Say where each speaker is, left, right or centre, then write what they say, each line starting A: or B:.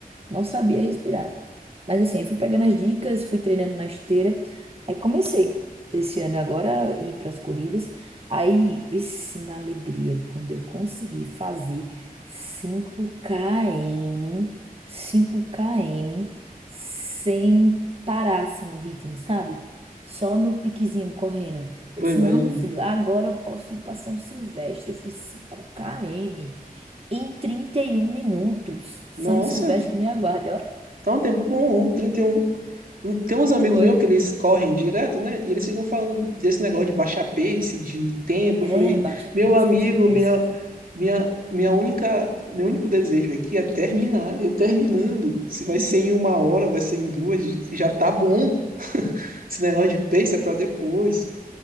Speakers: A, on the right; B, on the right.
A: Não sabia respirar. Mas assim, aí fui pegando as dicas, fui treinando na esteira. Aí comecei desse ano agora a ir para as corridas. Aí, vixe, na alegria, quando eu consegui fazer cinco km, cinco km, sem parar assim o ritmo, sabe? Só no piquezinho correndo. Eu
B: eu
A: disse:
B: imagino.
A: não, meu filho, agora eu posso ir para São Silvestre. Eu fiz cinco km em trinta e um minutos. São
B: Nossa,
A: Silvestre que me aguarde, ó.
B: tá um tempo bom, um, trinta e um Um, Tem uns
A: Foi.
B: amigos meus que eles correm direto, né? E eles ficam falando desse negócio de baixar pace, de tempo. Eu falei,
A: É, baixa
B: meu
A: pace,
B: amigo,
A: baixa pace,
B: minha,
A: pace.
B: minha, minha única, meu único desejo aqui é terminar. Eu terminando. Se vai
A: <laughs>
B: ser em uma hora, vai ser em duas, já tá bom. Esse negócio de pace é pra depois.